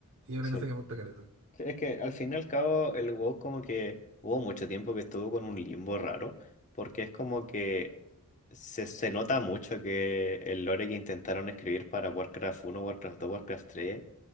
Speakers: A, on the right; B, on the left.
A: Y es una
B: sí.
A: cosa que me gusta caleta.
B: Sí, Es que al fin y al cabo el WoW como que hubo mucho tiempo que estuvo con un limbo raro, porque es como que se, se nota mucho que el lore que intentaron escribir para Warcraft uno Warcraft dos Warcraft 3